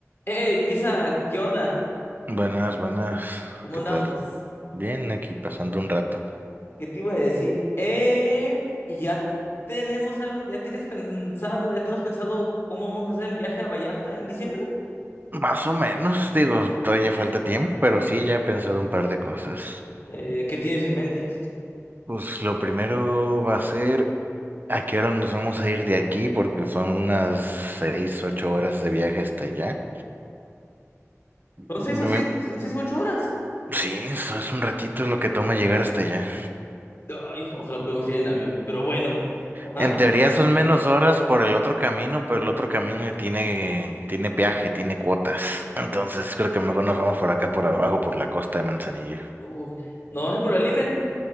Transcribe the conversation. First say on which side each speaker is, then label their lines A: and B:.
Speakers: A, on the left; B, on the right.
A: Hey, Misa, ¿qué onda?
B: Buenas, buenas.
A: ¿Cómo
B: ¿Qué
A: andamos?
B: tal? Bien, aquí pasando un rato.
A: ¿Qué te iba a decir? Eh, y ya tenemos algo, ya tienes pensado, ya tenemos pensado cómo vamos a hacer el viaje a Vallarta en diciembre.
B: Más o menos, digo, todavía falta tiempo, pero sí, ya he pensado un par de cosas.
A: Eh, ¿qué tienes en mente?
B: Pues lo primero va a ser a qué hora nos vamos a ir de aquí, porque son unas seis, ocho horas de viaje hasta allá.
A: Son
B: Me-
A: seis o siete, son seis o ocho horas.
B: Sí, eso es un ratito lo que toma llegar hasta allá.
A: Ay, ojalá podamos ir en avión, pero bueno. Ajá.
B: En teoría son menos horas por el otro camino, pero el otro camino tiene, tiene peaje, tiene cuotas. Entonces creo que mejor nos vamos por acá, por abajo, por la costa de Manzanillo.
A: Uh, no vas a ir por la libre.